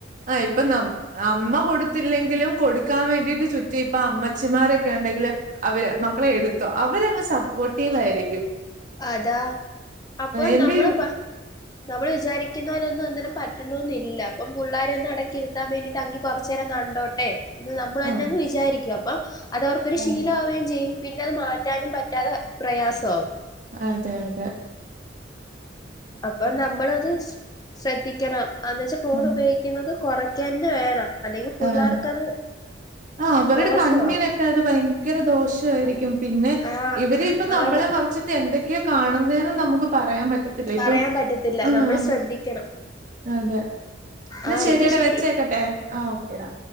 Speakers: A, on the right (about 45°); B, on the left (about 20°).
A: ആഹ്... ഇപ്പ നമ്മ അമ്മ കൊടുത്തില്ലെങ്കിലും കൊടുക്കാൻ വേണ്ടിയിട്ട് ചുറ്റി ഇപ്പ അമ്മച്ചിമാരൊക്കെയുണ്ടെങ്കില് അവരുമക്കളെയെടുത്തോ, അവരങ്ങ് സപ്പോർട്ടീവായിരിക്കും
B: അതാ അപ്പൊനമ്മളു
A: എന്റെ ഇവ്
B: പ നമ്മള്‌ വിചാരിക്കുന്ന പോലൊന്നും അന്നേരം പറ്റണമെന്നില്ല, അപ്പം പിള്ളാരെയൊന്നും അടക്കിയിരുത്താൻ വേണ്ടിയിട്ട് അങ്ങി കൊറച്ചു നേരം കണ്ടോട്ടെ ഇത്, നമ്മളുതന്നങ്ങു
A: ആഹ്
B: വിചാരിക്കും. അപ്പൊ അത് അവർക്കൊരു ശീലമാവുകയുംചെയ്യും.
A: അതെ
B: പിന്നെയത് മാറ്റ മാറ്റാനും പറ്റാതെ പ്രയാസമാവും
A: അതെയതെ
B: അപ്പൊ നമ്മളതു ശ്ര.. ശ്രദ്ധിക്കണം. എന്നു വെച്ചാ ഫോണു
A: ആഹ്
B: പയോഗി ക്കുന്നത് കുറയ്ക്ക തന്നെ വേണം. അല്ലെങ്കിൽ പിള്ളാർക്കതു
A: ആഹ് ആഹ് അവരുടെ
B: ദോഷമാവും
A: കണ്ണിനൊക്കെ അത് ഭയങ്കര ദോഷമായിരിക്കും പിന്നെ
B: ആഹ്
A: ഇവരിപ്പം നമ്മളെ
B: ആണ്
A: മറച്ച് എന്തൊക്കെയാ കാണുന്നേന്ന് നമുക്കു പറയാൻ പറ്റത്തില്ല
B: പറയാൻ
A: ഇപ്പം
B: പറ്റത്തില്ല
A: ആഹ്...
B: നമ്മൾ ശ്രദ്ധിക്കണം
A: അതെ എന്നാ
B: ആഹ്
A: ശരിയെടാ,
B: എങ്കി ശരി
A: വെച്ചേക്കട്ടെ ആഹ്.. ഓക്കെടാ